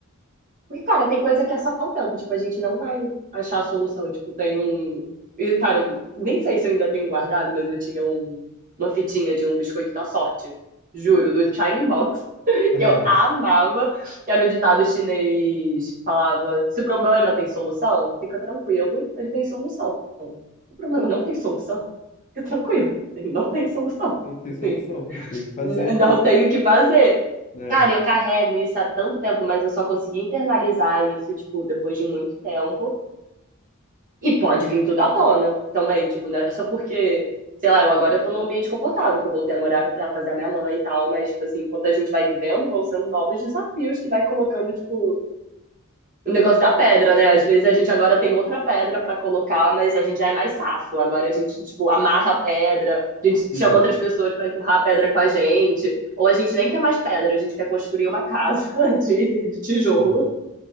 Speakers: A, on the right (about 40°); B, on the left (about 35°).
A: Porque, cara, tem coisa que é só o tempo. Tipo, a gente não vai achar a solução. Tipo, tem um. E, cara, eu nem sei se eu ainda tenho guardado, mas eu tinha um... uma fitinha de um biscoito da sorte. Juro, do
B: Sim.
A: Chiming Box. <laughs>
B: <laughs>
A: Que eu amava. Que era um ditado chinês que falava: se o problema tem solução, fica tranquilo, ele tem solução. Se o problema não tem solução, fica tranquilo, ele não tem solução.
B: Não tem
A: Assim,
B: solução, não tem o que fazer,
A: n- não tem o que fazer.
B: né?
A: Cara, eu carrego isso há tanto tempo, mas eu só consegui internalizar isso, tipo, depois de muito tempo. E pode vir tudo à tona também, tipo, não é só porque, sei lá, eu agora eu tô num ambiente confortável, que eu voltei a morar pra casa da minha mãe e tal, mas, tipo assim, enquanto a gente vai vivendo, vão sendo novos desafios que vai colocando, tipo, o negócio da pedra, né? Às vezes a gente agora tem outra pedra para colocar, mas a gente já é mais safo. Agora a gente, tipo, amarra a pedra, a gente
B: Sim,
A: chama outras pessoas para empurrar a pedra com a gente, ou a gente nem quer mais pedra, a gente quer construir uma casa <laughs> de, de tijolo.
B: sim.